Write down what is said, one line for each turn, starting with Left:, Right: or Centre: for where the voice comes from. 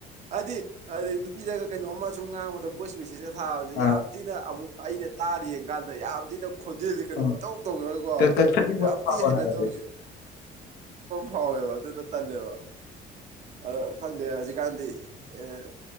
Right: ꯍꯥꯏꯗꯤ ꯍꯥꯏꯗꯤ ꯅꯨꯄꯤꯗꯒ ꯀꯩꯅꯣꯝꯃ ꯁꯨꯝ ꯉꯥꯡꯕꯗ ꯚꯣꯏꯁ ꯃꯦꯁꯦꯁꯀ ꯊꯥꯕꯁꯦ
Left: ꯑꯥ
Right: ꯌꯥꯝ ꯊꯤꯅ ꯑꯃꯨꯛ ꯑꯩꯅ ꯇꯥꯔꯤ ꯌꯦꯡ ꯀꯥꯟꯗ ꯗ ꯌꯥꯝ ꯊꯤꯅ ꯈꯣꯟꯖꯜꯂꯤ ꯀꯩꯅꯣ
Left: ꯑꯥ
Right: ꯃꯤꯇꯧ ꯇꯧꯖꯔꯒꯀꯣ
Left: ꯀꯛ ꯀꯛꯊꯠꯅꯤꯡꯕ
Right: ꯌꯥꯝ
Left: ꯑꯃ ꯐꯥꯎꯕ
Right: ꯊꯤꯅ ꯍꯩꯅꯗꯕꯁꯦ
Left: ꯍꯥꯏꯕꯗꯤ
Right: ꯐꯥꯎꯋꯦꯕ ꯑꯗꯨꯅ ꯇꯜꯂꯦꯕ ꯑ ꯈꯪꯗꯦ ꯍꯧꯖꯤꯛꯀꯥꯟꯗꯤ ꯑꯦ